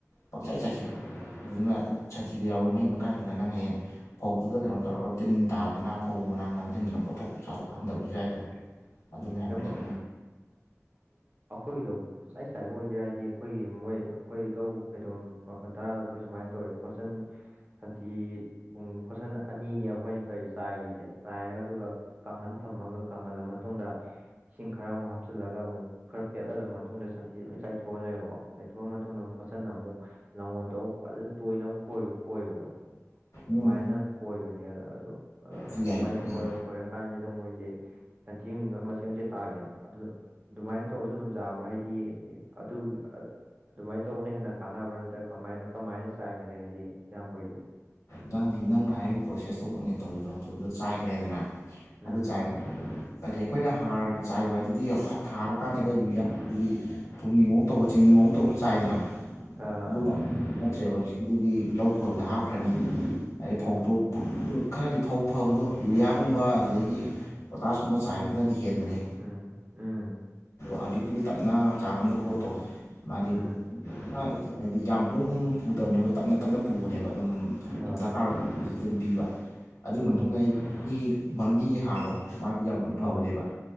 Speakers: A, on the left; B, on the right.
A: ꯄꯪꯆꯥꯏ ꯆꯥꯏꯁꯤꯟ ꯑꯗꯨꯅ ꯁꯟꯊꯤꯗ ꯌꯥꯎꯕ ꯃꯍꯤꯛ ꯃꯈꯥꯏꯗꯨꯅ ꯅꯪ ꯍꯌꯦꯡ ꯐꯧꯗꯨꯗ ꯀꯩꯅꯣ ꯇꯧꯔꯒ ꯇꯤꯟ ꯇꯥꯗꯅ ꯐꯧ ꯃꯅꯥ ꯉꯥꯡꯁꯤꯟꯗꯅ ꯄꯣꯊꯣꯛꯄ ꯆꯥꯊꯣꯛ ꯍꯟꯗꯕꯁꯨ ꯌꯥꯏꯗꯅ ꯑꯗꯨ ꯃꯌꯥꯝꯅ
B: ꯌꯥꯝ
A: ꯂꯩ
B: ꯈꯣꯏꯗꯣ ꯄꯆꯥꯏ ꯆꯥꯏꯕ ꯑꯣꯏꯗꯣꯏꯔꯥ ꯍꯥꯏꯗꯤ ꯑꯩꯈꯣꯏꯒꯤ ꯃꯣꯏ ꯑꯩꯈꯣꯏ ꯂꯧ ꯈꯩꯗꯣꯝ ꯃꯥꯄꯜ ꯇꯔꯥꯗ ꯑꯩꯈꯣꯏ ꯁꯨꯃꯥꯏꯅ ꯇꯧꯋꯦ ꯐꯣꯠꯆꯟ ꯁꯟꯊꯤ ꯄꯨꯡ ꯐꯣꯠꯁꯟ ꯑꯅꯤꯅꯦꯕ ꯑꯩꯈꯣꯏꯅ ꯇꯧꯔꯤ ꯆꯥꯏꯁꯦ ꯆꯥꯏꯔ ꯑꯗꯨꯒ ꯀꯥꯡꯈꯟ ꯊꯝꯃꯒ ꯀꯪꯍꯜꯂ ꯃꯇꯨꯡꯗ ꯏꯁꯤꯡ ꯈꯔ ꯑꯃꯨꯛ ꯍꯥꯞꯆꯤꯜꯂꯒ ꯑꯃꯨꯛ ꯈꯔ ꯄꯦꯠꯍꯜꯂ ꯃꯇꯨꯡꯗ ꯁꯟꯊꯤꯁꯦ ꯂꯣꯏ ꯆꯥꯏꯊꯣꯛꯍꯜꯂꯦꯕꯀꯣ ꯆꯥꯏꯊꯣꯛꯑ ꯃꯇꯨꯡꯗ ꯑꯃꯨ ꯐꯣꯠꯆꯟꯅ ꯑꯃꯨꯛ ꯂꯥꯡꯒꯣꯜꯗꯕꯨꯛ ꯐꯖ ꯇꯣꯏꯅꯣꯏ ꯈꯣꯏꯕꯗꯣ ꯑꯗꯨꯃꯥꯏꯅ
A: ꯎꯝ
B: ꯈꯣꯏꯕꯅꯦ ꯑ ꯑꯗꯣ
A: ꯁꯤ
B: ꯑꯗꯨꯃꯥꯏꯅ
A: ꯌꯥꯏ ꯌꯥꯏ
B: ꯈꯣꯏꯔꯀꯥꯟꯁꯤꯗ ꯃꯣꯏꯁꯦ ꯁꯟꯊꯦꯡꯁꯤ ꯅꯣꯏ ꯃꯆꯦꯠ ꯃꯆꯦꯠ ꯇꯥꯒꯦꯅ ꯑꯗꯨ ꯑꯗꯨꯃꯥꯏꯅ ꯇꯧꯔꯁꯨ ꯑꯗꯨꯝ ꯌꯥꯥꯕ꯭ꯔꯥ ꯍꯥꯏꯗꯤ ꯑꯗꯨ ꯑꯗꯨꯃꯥꯏꯅ ꯇꯧꯕꯅ ꯍꯦꯟꯅ ꯀꯥꯟꯅꯕ꯭ꯔꯥ ꯅꯠꯇ꯭ꯔꯒ ꯀꯃꯥꯏꯅ ꯀꯃꯥꯏꯅ ꯆꯥꯏꯅꯒꯦ ꯍꯥꯏꯗꯤ ꯏꯌꯥꯝꯕ ꯑꯣꯏꯗꯦ
A: ꯅꯪ ꯍꯧꯖꯤꯛ ꯅꯪꯅ ꯍꯥꯏꯔꯤꯕ ꯄ꯭ꯔꯣꯁꯦꯁꯇꯨꯃꯛꯅꯦ ꯇꯧꯔꯤꯗꯣ ꯑꯗꯨꯗꯣ ꯆꯥꯏꯈ꯭ꯔꯦꯗꯅ
B: ꯎꯝ
A: ꯑꯗꯨ ꯆꯥꯏꯔꯕ ꯑꯗꯤ ꯑꯩꯈꯣꯏꯅ ꯍꯥꯔ ꯆꯥꯏꯕ ꯍꯥꯏꯗꯨꯗꯤ ꯊꯥꯔꯀꯥꯟꯗꯒ
B: ꯎꯝ
A: ꯌꯨꯏ ꯑꯗꯨꯗꯤ ꯊꯨꯝꯒꯤ ꯃꯛ ꯇꯧꯕ ꯆꯤꯅꯤ ꯃꯑꯣ ꯇꯧꯗ ꯆꯥꯏꯗꯅ
B: ꯑꯥ
A: ꯑꯗꯨꯝ ꯅꯠꯇ꯭ꯔꯦꯕ ꯍꯧꯖꯤꯛꯀꯤꯗꯨꯗꯤ ꯂꯧ ꯈꯣꯏꯕꯗ
B: ꯎꯝ
A: ꯍꯥꯞꯈ꯭ꯔꯅꯤ ꯍꯥꯏ
B: ꯎꯝ
A: ꯐꯧꯗꯣ ꯈꯔꯗꯤ ꯐꯧ ꯐꯕꯗꯣ ꯌꯨꯔꯤꯌꯥꯒꯨꯝꯕ ꯑꯗꯨꯗꯒꯤ ꯄꯣꯇꯥꯁꯀꯨꯝꯕ ꯆꯥꯏꯕꯗꯨꯅꯗꯤ ꯍꯦꯟꯕꯅꯦ
B: ꯎꯝ ꯎꯝ
A: ꯍꯧꯖꯤꯛꯇꯤꯒꯤ ꯇꯞꯅ ꯆꯥꯡ ꯑꯃꯗ ꯒ꯭ꯔꯣꯠꯇꯣ ꯃꯥꯗꯤ
B: ꯎꯝ
A: ꯍꯥꯏꯗꯤ ꯌꯥꯝ ꯍꯣꯡ ꯍꯣꯡ ꯄꯨꯗꯕꯅꯦꯕ ꯇꯞꯅ ꯇꯞꯅ ꯄꯨꯕꯅꯦꯕ ꯑꯗꯨꯝ
B: ꯑꯥ
A: ꯍꯥꯔ ꯑꯗꯨꯝ ꯄꯤꯕ ꯑꯗꯨꯒꯤ
B: ꯎꯝ
A: ꯃꯇꯨꯡꯗ ꯑꯩ ꯃꯤꯒꯤ ꯃꯔꯨꯃꯤꯒꯤ ꯍꯥꯔꯗꯣ ꯃꯥꯗꯤ ꯌꯥꯝ
B: ꯎꯝ
A: ꯐꯕꯅꯦꯕ